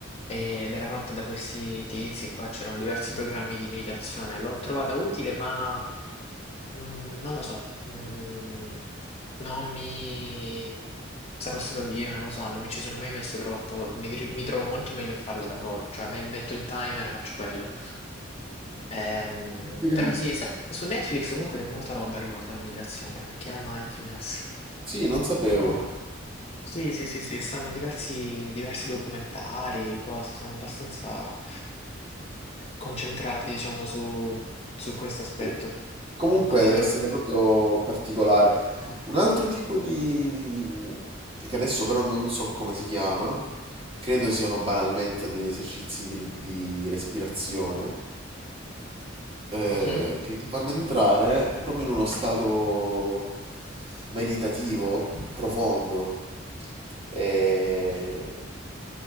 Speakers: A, on the left; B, on the right.
A: ed era fatta da questi tizi qua, c'erano diversi programmi di meditazione, l'ho trovata utile, ma mm, non lo so, mm, non mi... sarò stato io, non lo so, non mi ci sono mai messo troppo, mi, tri- mi trovo molto meglio a farla da solo, cioè me- metto il timer, faccio quello. Ehm,
B: Mm.
A: però sì, sa- su Netflix comunque c'è molta roba riguardo alla meditazione anche, eh, mindfulness.
B: Sì, non sapevo.
A: Sì, sì, sì, sì, stanno diversi, diversi documentari, cose, sono abbastanza concentrati, diciamo, su, su questo aspetto.
B: Sì. Comunque
A: Mm, Non mi
B: deve
A: trovo.
B: essere proprio particolare. Un altro tipo di, di- che adesso però non so come si chiama, credo siano banalmente degli esercizi di, di respirazione, eh,
A: Mhm,
B: che ti fanno entrare proprio in uno stato meditativo profondo. E